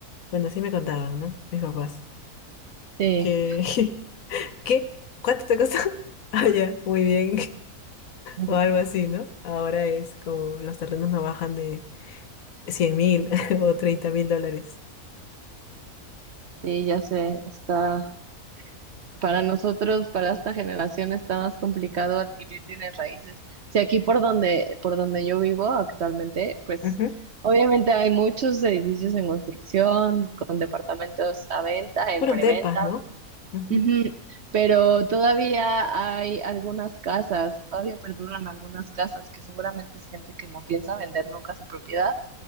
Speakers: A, on the left; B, on the right.
A: Bueno, así me contaban, ¿no? Mis papás.
B: Sí,
A: Que, <laughs> ¿qué? ¿Cuánto te costó? <laughs> Ah, ya, muy bien.
B: <laughs>
A: o algo así, ¿no? Ahora es como los terrenos no bajan de cien mil <laughs> o treinta mil dólares.
B: Sí, ya sé, está. Para nosotros, para esta generación, está más complicado adquirir bienes raíces. Si aquí por donde, por donde yo vivo actualmente, pues
A: Ujú.
B: obviamente hay muchos edificios en construcción, con departamentos a venta,
A: Puros
B: en preventa,
A: depas, ¿no? Ujú.
B: ujú, pero todavía hay algunas casas, todavía perduran algunas casas que seguramente es gente que no piensa vender nunca su propiedad